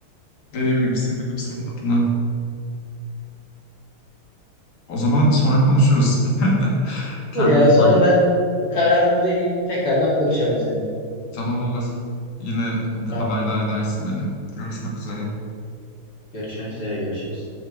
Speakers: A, on the left (about 80°); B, on the left (about 50°).
A: Dediğim gibi sevindim senin adına. O zaman sonra konuşuruz. <laughs> Kendine
B: Olur ya
A: iyi
B: sonra
A: bak.
B: ben kararımı vereyim tekrardan konuşalım seninle.
A: Tamam olur. Yine
B: Tamamdır.
A: haberdar edersin beni. Görüşmek üzere.
B: Görüşmek üzere görüşürüz.